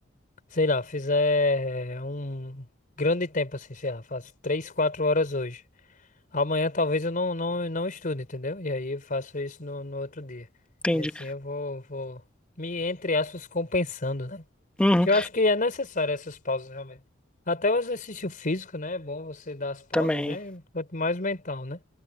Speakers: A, on the left; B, in the centre.
A: sei lá, fizer um grande tempo assim, sei lá, faço 3, 4 horas hoje. Amanhã talvez eu não, não, não estude, entendeu? E aí eu faço isso no, no outro dia.
B: Entendi.
A: E assim eu vou, vou me, entre aspas, compensando, né?
B: Uhum,
A: Que eu acho que é necessário essas pausas realmente. Até o exercício físico, né? É bom você dar as pausas,
B: também.
A: né? Quanto mais mental, né?